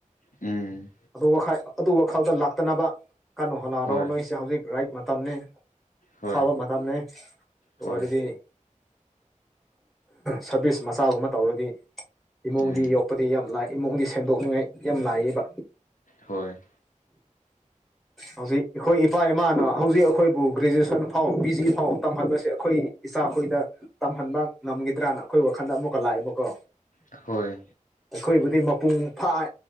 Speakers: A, on the left; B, in the centre.
A: ꯎꯝ
B: ꯑꯗꯨ ꯋꯥ ꯑꯗꯨ ꯋꯥꯈꯜꯗ ꯂꯥꯛꯇꯅꯕ ꯀꯟꯅ ꯍꯣꯠꯅꯔꯣ
A: ꯍꯣꯏ
B: ꯅꯣꯏꯁꯦ ꯍꯧꯖꯤꯛ ꯔꯥꯏꯠ ꯃꯇꯝꯅꯤ
A: ꯍꯣꯏ
B: ꯑꯐꯕ ꯃꯇꯝꯅꯤꯅꯦ ꯑꯣꯏꯔꯗꯤ
A: ꯍꯣꯏ
B: ꯁꯔꯚꯤꯁ ꯃꯆꯥꯒꯨꯝꯕ ꯇꯧꯔꯗꯤ ꯏꯃꯨꯡꯗꯤ
A: ꯎꯝ
B: ꯌꯣꯛꯄꯗꯤ ꯌꯥꯝ ꯂꯥꯏ ꯏꯃꯨꯡꯗꯤ ꯁꯦꯝꯗꯣꯛꯅꯤꯡꯉꯥꯏ ꯌꯥꯝ ꯂꯥꯛꯌꯦꯕ
A: ꯍꯣꯏ
B: ꯍꯧꯖꯤꯛ ꯑꯩꯈꯣꯏ ꯏꯄꯥ ꯏꯃꯥꯅ ꯍꯧꯖꯤꯛ ꯑꯩꯈꯣꯏꯕꯨ ꯒ꯭ꯔꯦꯖꯨꯑꯦꯁꯟ ꯐꯥꯎ ꯄꯤ ꯖꯤ ꯐꯥꯎ ꯇꯝꯍꯟꯕꯁꯦ ꯑꯩꯈꯣꯏ ꯏꯆꯥꯈꯣꯏꯗ ꯇꯝꯍꯟꯕ ꯉꯝꯈꯤꯗ꯭ꯔꯅ ꯑꯩꯈꯣꯏ ꯋꯥꯈꯟꯗ ꯑꯃꯨꯛꯀ ꯂꯥꯛꯑꯦꯕꯀꯣ
A: ꯍꯣꯏ
B: ꯑꯩꯈꯣꯏꯕꯨꯗꯤ ꯃꯄꯨꯡ ꯐꯥ